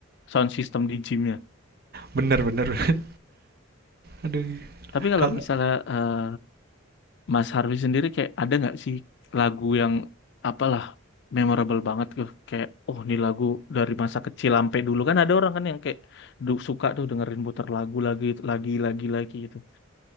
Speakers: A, on the left; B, on the right.
A: sound system di gymnya.
B: Bener bener. <laughs> Aduh.
A: Tapi kalau
B: Kalau
A: misalnya eh, Mas Harvey sendiri kayak ada nggak sih lagu yang apalah memorable banget tuh, kayak oh ini lagu dari masa kecil sampai dulu kan ada orang kan yang kayak du- suka tuh dengerin putar lagu lagi lagi lagi lagi gitu.